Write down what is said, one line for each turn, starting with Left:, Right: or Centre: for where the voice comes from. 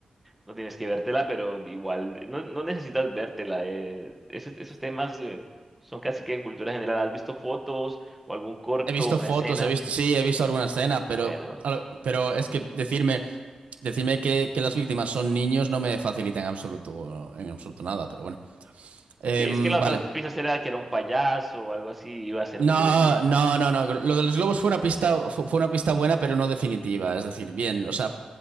Centre: No tienes que vértela, pero igual, no, no necesitas vértela. eh, Esos, esos temas eh, son casi que cultura general. ¿Has visto fotos o algún corto,
Right: He visto
Centre: una
Right: fotos,
Centre: escena?
Right: he visto, sí, he visto alguna escena, pero,
Centre: Bueno,
Right: a lo- pero es que decirme, decirme que, que las víctimas son niños no me facilita en absoluto, en absoluto nada, pero bueno. Em,
Centre: Ok, es que la
Right: vale.
Centre: otra pista era que era un payaso o algo así, iba a ser
Right: No,
Centre: muy obvio.
Right: no, no, no. Lo de los globos fue una pista, fu- fue una pista buena, pero no definitiva. Es decir, bien, o sea,